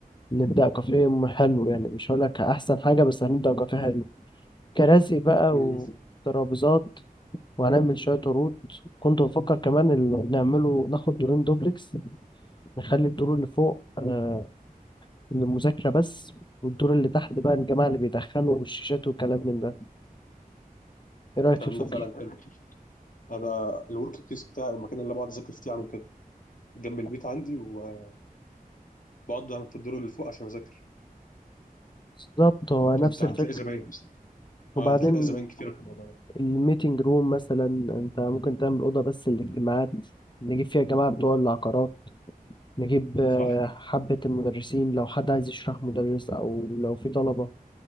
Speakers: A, on the left (about 30°); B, on the left (about 60°).
A: نبدا كافيه م- حلو يعني مش هقول لك احسن حاجه بس هنبدا كافيه حلو كراسي بقى
B: مم.
A: وترابيزات وهنعمل شويه عروض كنت بفكر كمان ال- نعمله ناخد دورين دوبلكس نخلي الدور اللي فوق آه للمذاكره بس والدور اللي تحت بقى الجماعه اللي بيدخنوا والشيشات والكلام من ده ايه رايك
B: الكلام
A: في الفكر
B: ده فعلا حلو انا الورك بليس بتاعي المكان اللي بقعد اذاكر فيه عامل كده جنب البيت عندي وبقعد دايما في الدور اللي فوق عشان اذاكر
A: بالظبط هو نفس
B: انت هتلاقي
A: الفكر
B: زباين
A: وبعدين
B: اه هتلاقي زباين كتير في الموضوع ده
A: الميتنج روم مثلا انت ممكن تعمل اوضه بس للاجتماعات نجيب فيها جماعه بتوع العقارات نجيب آه،
B: صح
A: حبه المدرسين لو حد عايز يشرح مدرس او لو في طلبه